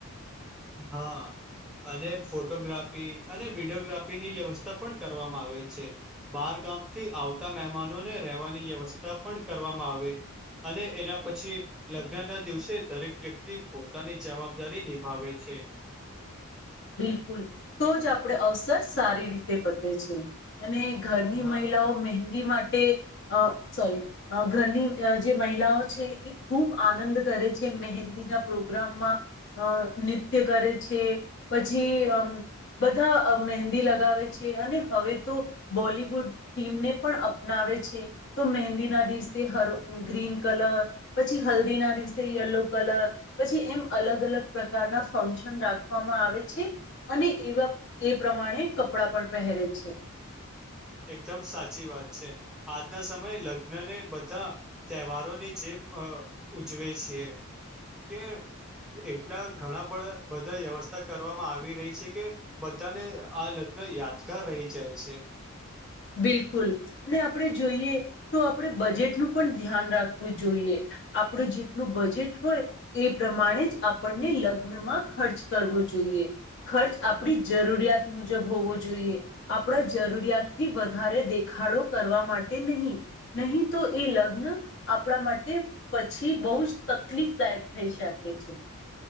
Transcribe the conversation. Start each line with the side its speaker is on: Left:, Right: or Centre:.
Centre: હા. અને ફોટોગ્રાફી અને વિડીયોગ્રાફીની વ્યવસ્થા પણ કરવામાં આવે છે. બાર પ થી આવતા મહેમાનોને રહેવાની વ્યવસ્થા પણ કરવામાં આવે. અને એના પછી લગ્ન ના દિવસે દરેક વ્યક્તિ પોતાની જવાબદારી નિભાવે છે. છે.
Left: બિલકુલ તો જ આપણે અવસર સારી રીતે પતે છે. અને ઘરની
Centre: હા
Left: મહિલાઓ મહેંદી માટે સોરી ઘરની જે મહિલાઓ છે, એ ખૂબ આનંદ કરે છે. મહેંદી ના પ્રોગ્રામમાં અ નૃત્ય કરે છે. પછી અ બધા મહેંદી લગાવે છે, અને હવે તો બોલીવુડ થીમને પણ અપનાવે છે, તો મહેંદી ના દિવસે હર ગ્રીન કલર પછી હલ્દી ના દિવસે યલો કલર પછી એમ અલગ અલગ પ્રકારના ફંક્શન રાખવામાં આવે અને એવા એ પ્રમાણે કપડાં પણ પહેરે છે.
Centre: એકદમ સાચી વાત છે આજના સમયે લગ્ન ને બધા તહેવારોની જેમ અ ઉજવે છીએ કે એટલા ઘણા બા બધા વ્યવસ્થા કરવામાં આવી રહી છે કે બધાને આગ યાદગાર રહી જાય છે.
Left: <inaudible> બિલકુલ અને આપણે જોઈએ તો આપણે બજેટનું પણ ધ્યાન રાખવું જોઈએ આપડ જેટલું બજેટ હોય એ પ્રમાણે જ આપણને લગ્નમાં ખર્ચ કરવો. જોઈએ ખર્ચ આપણી જરૂરિયાત મુજબ હોવો જોઈએ આપણા જરૂરિયાત થી વધારે દેખાડો કરવા માટે નહીં નહીં તો એ લગ્ન આપણા માટે પછી બહુ જ તકલીફ દાયક થઈ શકે છે.